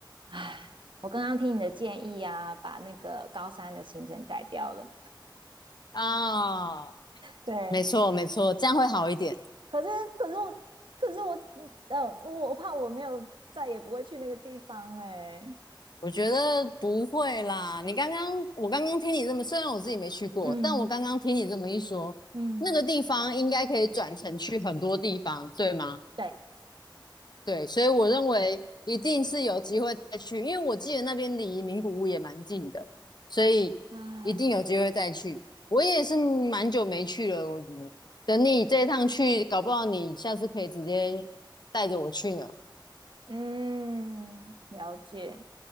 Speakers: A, on the right; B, on the left.
A: 唉，我刚刚听你的建议啊，把那个高三的行程改掉了。
B: 啊，
A: 对，
B: 没错没错，这样会好一点。
A: 可是可是我可是我呃，我我怕我没有再也不会去那个地方哎、
B: 我觉得不会啦。你刚刚，我刚刚听你这么，虽然我自己没去过，
A: 嗯
B: 但我刚刚听你这么一说，
A: 嗯，
B: 那个地方应该可以转乘去很多地方，对吗？
A: 对，
B: 对，所以我认为一定是有机会再去，因为我记得那边离名古屋也蛮近的，所以一定有机会再去。
A: 唉，
B: 我也是蛮久没去了，我等你这一趟去，搞不好你下次可以直接带着我去呢。
A: 嗯，了解。